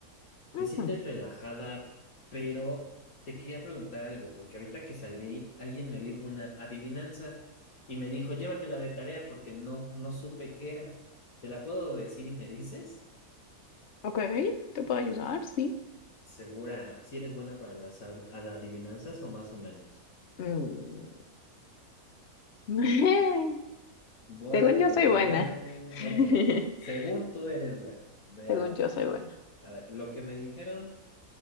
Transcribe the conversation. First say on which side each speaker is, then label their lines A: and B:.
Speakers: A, on the left; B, on the left.
A: ¿Te
B: Ujú,
A: sientes relajada? Pero te quería preguntar algo, porque ahorita que salí, alguien me dijo una adivinanza y me dijo, llévatela de tarea porque no, no supe qué era. ¿Te la puedo decir y me dices?
B: Ok, te puedo ayudar, sí.
A: Segura, si eres buena para las ad- ad- adivinanzas o más o menos.
B: Mm. <laughs>
A: Voy
B: Según
A: a
B: yo
A: tomar...
B: soy buena. <laughs>
A: Ok, según tú eres buena. Veamos.
B: Según yo soy buena.
A: A ver, lo que me dijeron